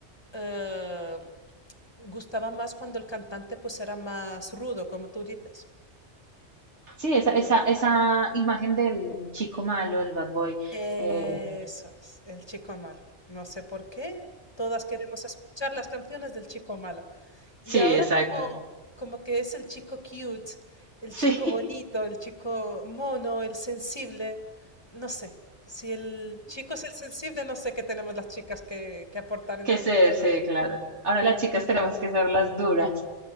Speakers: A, on the left (about 20°); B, on the right (about 70°).
A: eh, gustaba más cuando el cantante pues era más rudo, como tú dices.
B: Sí, esa,
A: Pero
B: esa, esa imagen del chico malo, el bad boy.
A: eso
B: eh,
A: es, el chico malo. No sé por qué, todas queremos escuchar las canciones del chico malo.
B: sí,
A: Y ahora
B: exacto.
A: como, como que es el chico cute, el chico
B: Sí,
A: bonito, el chico mono, el sensible, no sé. Si el chico es el sensible, no sé qué tenemos las chicas que, que aportar
B: <laughs>
A: entonces.
B: que ser, sí, claro. Ahora las chicas tenemos que ser las duras.